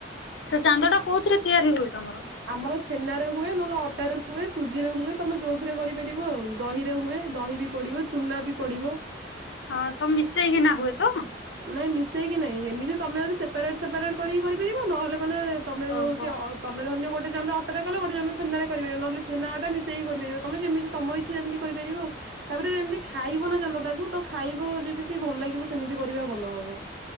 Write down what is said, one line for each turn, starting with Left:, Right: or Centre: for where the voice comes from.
Left: ସେ ଚାନ୍ଦଟା କୋଉଥିରେ ତିଆରି ହୁଏ ତମର?
Right: ଆମର ଛେନାରେ ହୁଏ ନହେଲେ ଅଟାରେ ହୁଏ ସୁଜିରେ ହୁଏ ତମେ ଯୋଉଥିରେ କରିପାରିବ ଆଉ। ଦହିରେ ହୁଏ ଦହି ବି ପଡ଼ିବ ଚୂନା ବି ପଡ଼ିବ।
Left: ହଁ ସବୁ ମିଶେଇକିନା ହୁଏ ତ।
Right: ନାଇଁ ମିଶେଇକି ନାଇଁ ହେମିତି ତମେ ଯଦି ସେପାରେଟ୍ ସେପାରେଟ୍ କରିକି କରିପାରିବ ନହେଲେ ମାନେ ତମେ ବି
Left: ଓହୋ।
Right: ହୋଉଚି ଅ ତମେ ଧରନିଅ ଗୋଟେ ଚାନ୍ଦ ଅଟାରେ କଲ ଗୋଟେ ଚାନ୍ଦ ଛେନାରେ କରି ପାରିବ ନହେଲେ ଛେନା ଅଟା ମିଶେଇକି କରିପାରିବ ତମେ ଯେମିତି ତମ ଇ ଛା ଯେମିତି କରିପାରିବ ଆଉ। ତାପରେ ଯେମତି ଖାଇବ ନା ଚାନ୍ଦଟାକୁ ତ ଖାଇବ ଯେମିତି ଭଲ ଲାଗିବ ସେମିତି କରିବା ଭଲ ହବ। ହଁ